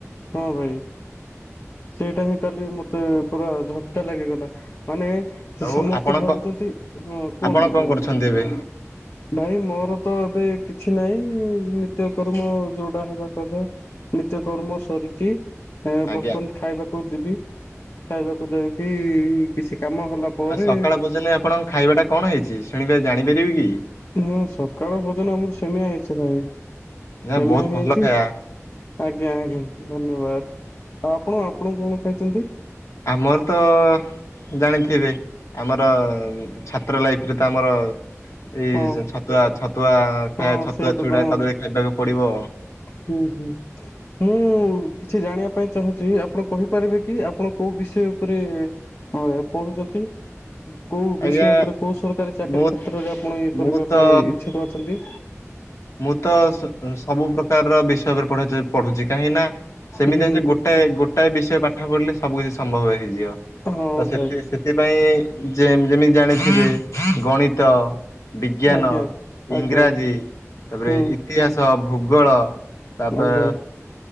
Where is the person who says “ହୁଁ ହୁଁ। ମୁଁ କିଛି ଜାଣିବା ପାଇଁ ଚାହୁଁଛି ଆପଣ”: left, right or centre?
Left